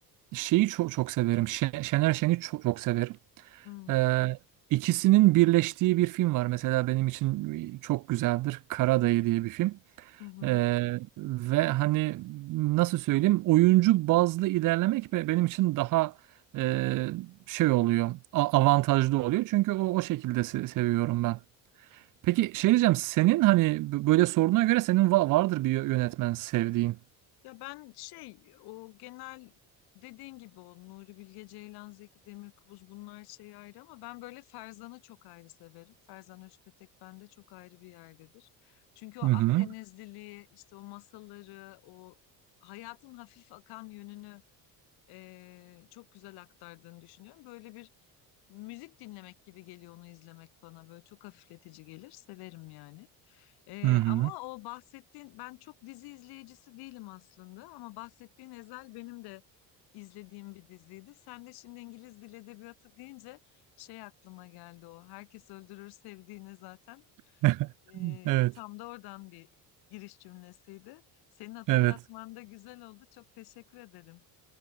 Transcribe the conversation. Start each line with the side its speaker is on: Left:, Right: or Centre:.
Right: şeyi çok çok severim. Şe- Şener Şen'i çok, çok severim.
Left: Hmm.
Right: Ee, ikisinin birleştiği bir film var. Mesela benim için e, çok güzeldir. Karadayı diye bir film.
Left: Hı hı.
Right: Ee, ve hani nasıl söyleyeyim oyuncu bazlı ilerlemek be- benim için daha e, şey oluyor. a- avantajlı oluyor. Çünkü o, o şekilde se- seviyorum ben. Peki şey diyeceğim senin hani b- böyle sorduğuna göre senin va- vardır bir yö- yönetmen sevdiğin.
Left: Ya ben şey o genel dediğin gibi o Nuri Bilge Ceylan, Zeki Demirkubuz bunlar şey ayrı ama ben böyle Ferzan'ı çok ayrı severim. Ferzan Özpetek bende çok ayrı bir yerdedir. Çünkü o
Right: Hı hı.
Left: Akdenizliliği işte o masalları o hayatın hafif akan yönünü eee, çok güzel aktardığını düşünüyorum. Böyle bir müzik dinlemek gibi geliyor onu izlemek bana böyle çok hafifletici gelir severim yani. Ee,
Right: Hı hı.
Left: ama o bahsettiğin ben çok dizi izleyicisi değilim aslında ama bahsettiğin Ezel benim de izlediğim bir diziydi. Sen de şimdi İngiliz Dil Edebiyatı deyince şey aklıma geldi o. Herkes öldürür sevdiğini zaten.
Right: <laughs>
Left: Ee,
Right: Evet.
Left: tam da oradan bir giriş cümlesiydi. Senin hatırlatman
Right: Evet.
Left: da güzel oldu. Çok teşekkür ederim.